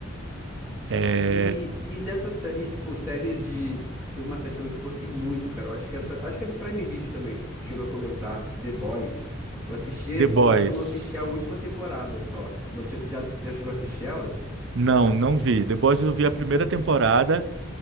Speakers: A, on the right (about 60°); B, in the centre.
A: É,
B: E, e dessa série, tipo, séries de. tem uma série também que eu gostei muito, cara. Eu acho que é, da- acho que é do Prime Video também, que tu chegou a comentar, The Boys. Eu assisti,
A: The Boys.
B: eu acho que eu não assisti a última temporada só. Mas já, já já chegou a assistir ela?
A: Não, não vi. The Boys eu vi a primeira temporada,